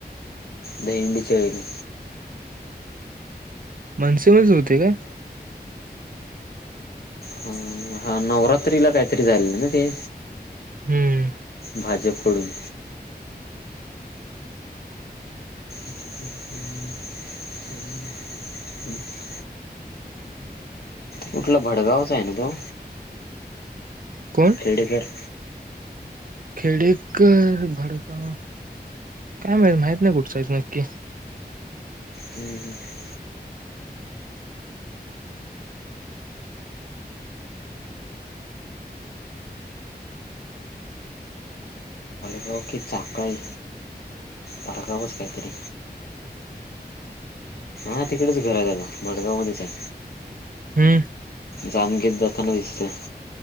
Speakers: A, on the left (about 65°); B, on the right (about 55°).
A: दहीहंडीच्या वेळी.
B: मनसेकडूनच होते काय?
A: हा हा नवरात्रीला काहीतरी झालेले ना ते.
B: हम्म
A: भाजप कडून. <inaudible> कुठला भडगावच आहे ना तो?
B: कोण
A: खेडेकर.
B: खेडीकर भडगाव काय माहित माहित नाही कुठचाईच नक्की.
A: <inaudible> लोकी साखळ भाळगावच काहीतरी. हा तिकडेच घर आहे दादा मडगाव मध्येच आहे.
B: हम.
A: जागेत जथानते दिसते.